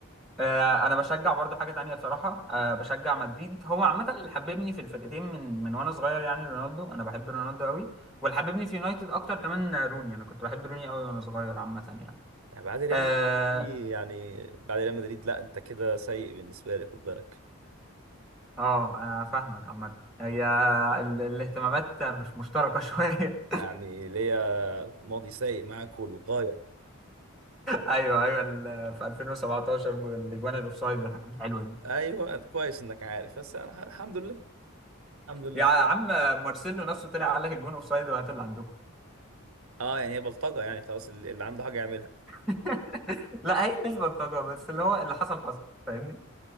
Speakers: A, in the centre; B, on the right (about 80°).
A: آه، انا بشجع برضو حاجه تانية بصراحه أه بشجع مدريد هو عامه اللي حببني في الفرقتين من من وانا صغير يعني رونالدو انا بحب رونالدو قوي واللي حببني في يونايتد اكتر كمان آه، روني انا كنت بحب روني قوي وانا صغير عامه يعني
B: يعني بعد ريال
A: اه
B: مدريد دي يعني بعد ريال مدريد لا انت كده سيء بالنسبه لي خد بالك
A: اه انا فاهمك عامه هي ال- الاهتمامات مش مشتركه <laughs> شويه
B: يعني ليا ماضي سيء معاك والغايه
A: ايوه ايوه ال- في 2017 والاجوان الاوفسايد والحاجات الحلوه دي
B: ايوه كويس انك عارف بس أنا الحمد لله الحمد لله
A: يا عم مارسيلو نفسه طلع قال لك الجون اوفسايد وهات اللي عندكم
B: اه يعني هي بلطجه يعني خلاص اللي اللي عنده حاجه يعملها
A: <laughs> لا هي مش بلطجة بس اللي هو اللي حصل حصل فاهمني